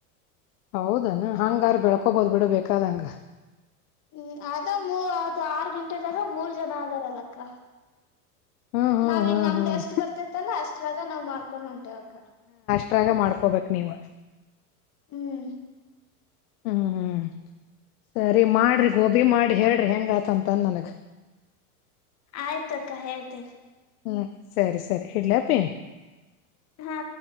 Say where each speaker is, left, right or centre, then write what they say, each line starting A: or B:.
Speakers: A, on the left; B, on the left.
A: ಹೌದನ ಹಂಗ ಯಾರ ಬೆಳ್ಕೊಬೋದು ಬಿಡು ಬೇಕಾದ ಅಂಗ.
B: ಹ್ಮ್ ಅದ ಮೂರು ಅದು ಆರ್ ಗುಂಟೆದಾಗ ಮೂರ್ ಜನ ಆದದಾರಲ್ಲಕ್ಕ.
A: ಹ್ಮ್ ಹ್ಮ್
B: ನಾವೀಗ
A: ಹ್ಮ್
B: ನಮ್ದ
A: ಹ್ಮ್
B: ಎಷ್ಟ್ ಬರ್ತೇತ್ತಲ್ಲ ಅಷ್ಟ್ರಾಗ ನಾವ್ ಮಾಡ್ಕೊಂಡ್ ಹೊಂಟಿವಿ ಅಕ್ಕ.
A: ಪ್ರಯೋಗ ಮಾಡ್ಕೋಬೇಕ್ ನೀವು.
B: ಹ್ಮ್
A: ಹ್ಮ್ ಹ್ಮ್ ಹ್ಮ್ ಸರಿ ಮಾಡ್ರಿ ಗೋಬಿ ಮಾಡಿ ಹೇಳ್ರಿ ಹೆಂಗ್ ಆತಂತನ್ ನನಗ.
B: ಆಯ್ತಕ್ಕ ಹೇಳ್ತಿನಿ.
A: ಹ್ಮ್ ಸರಿ ಸರಿ ಇಡ್ಲಾಪ್ಪಿ.
B: ಹಾ